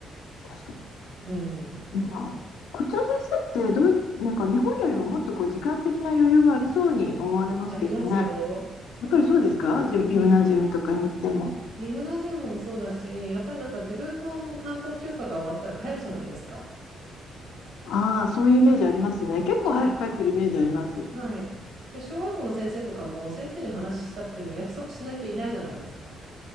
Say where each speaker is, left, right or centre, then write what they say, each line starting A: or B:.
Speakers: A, on the left (about 90°); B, on the right (about 75°).
A: 確か
B: うん。
A: にまあ、こっちの先生ってどうい、なんか日本よりももっとこう時間的な余裕がありそうに思われますけどね、
B: ありますよ。
A: やっぱりそうですか、ジムギムナジウムとかに行っても。
B: うん。ギムナジウムもそうだし、やっぱりなんか自分のあの担当教科が終わったら帰るじゃないですか。
A: ああ、そういうイメージありますね。結構早く帰ってるイメージあります。
B: はい。はい。で、小学校の先生とかも先生に話したくても約束しないといないじゃないですか。